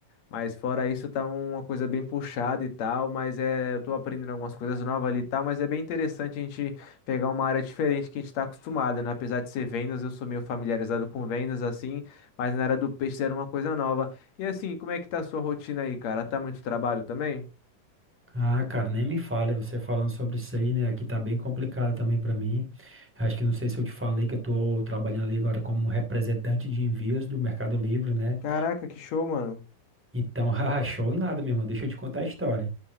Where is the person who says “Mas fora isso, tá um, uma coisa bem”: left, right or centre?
Left